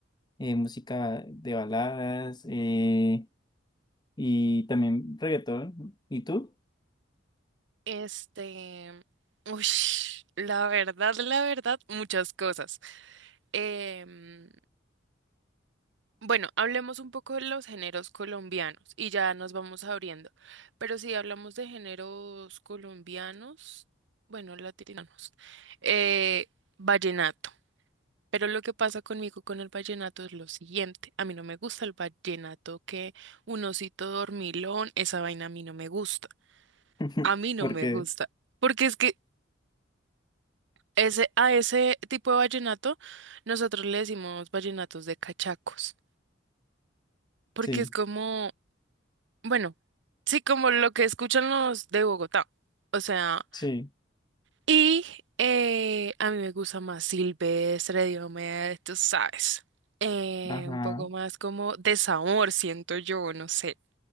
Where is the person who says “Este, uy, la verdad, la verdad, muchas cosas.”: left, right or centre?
Right